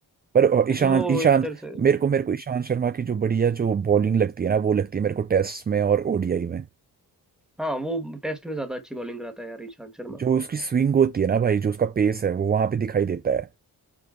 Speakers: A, on the right; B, in the centre.
A: पर अ,
B: क्योंकि
A: ईशांत
B: वो
A: ईशांत
B: एक तरह से
A: मेरे को मेरे को ईशांत शर्मा की जो बढ़िया जो बॉलिंग लगती है ना वो लगती है मेरे को टेस्ट में और ओडीआई में
B: हाँ वो टेस्ट में ज्यादा अच्छी बॉलिंग कराता है यार ईशांत शर्मा
A: जो उसकी स्विंग होती है ना भाई जो उसका पेस है वो वहां पे दिखाई देता है